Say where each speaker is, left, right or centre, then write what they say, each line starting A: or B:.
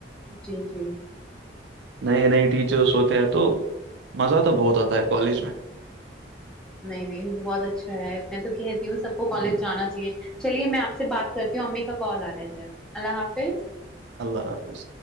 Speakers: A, in the centre; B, on the right.
A: جی جی
B: نہیں نہیں ٹیچرس ہوتے ہیں تو مزہ تو بہت آتا ہے کالج میں
A: نہیں نہیں بہت اچھا ہے میں تو کہتی ہوں سب کو کالج جانا چاہیے چلیے میں آپ سے بات کرتی ہوں امی کا کال آ رہا ہے ذرا اللہ حافظ
B: اللہ حافظ